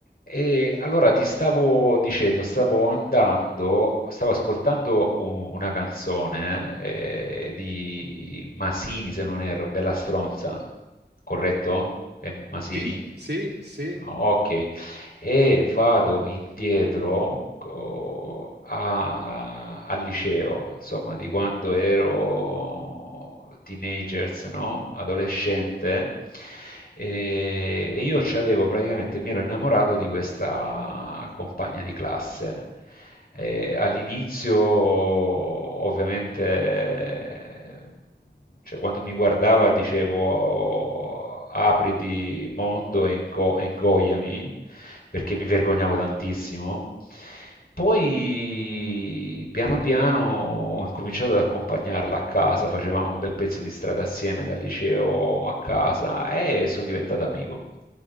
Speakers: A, on the left; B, on the right.
A: E allora ti stavo dicendo, stavo andando, stavo ascoltando u- una canzone eh, di Masini, se non erro, Bella Stronza, corretto? È Masini?
B: Sì, sì, sì.
A: Ok, e vado indietro co- a- a- al liceo, insomma, di quando ero teenagers, no? Adolescente. E, e io c'avevo praticamente, mi ero innamorato di questa compagna di classe. Eh, all'inizio, ovviamente, cioè, quando mi guardava dicevo apriti mondo e, ingo- e ingoiami, perché mi vergognavo tantissimo. Poi piano piano ho incominciato ad accompagnarla a casa, facevamo un bel pezzo di strada assieme dal liceo a casa e sono diventato amico.